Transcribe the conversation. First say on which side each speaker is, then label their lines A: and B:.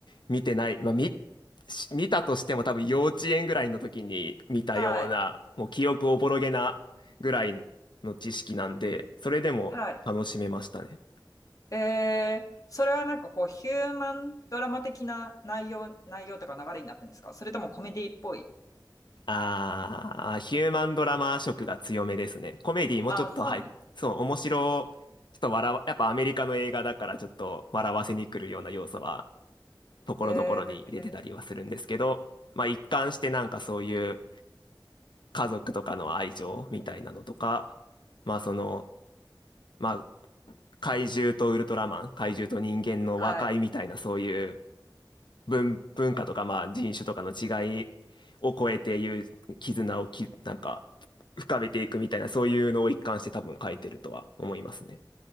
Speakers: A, on the left; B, on the left.
A: 見てない。まあ、見、し見たとしても多分幼稚園ぐらいの時に見たような、
B: はい、
A: もう記憶おぼろげなぐらいの知識なんで、それでも楽しめましたね。
B: はい。えー、それはなんかこう、ヒューマンドラマ的な内容、内容とか流れになってるんですかそれともコメディっぽい
A: あー、ヒューマンドラマ色が強めですね。コメディもちょっと入っ、
B: あ、そうなんです。
A: そう、面白、ちょっと笑わ、やっぱアメリカの映画だからちょっと笑わせに来るような要素は、ところどころに入れてたりはするんですけど、
B: えー、
A: まあ一貫してなんかそういう家族とかの愛情みたいなのとか、まあその、まあ怪獣とウルトラマン、怪獣と人間の和解みたいなそういう
B: はい。
A: 文、文化とか、まあ、人種とかの違いを超えていう絆をき、なんか、深めていくみたいな、そういうのを一貫して多分書いてるとは思いますね。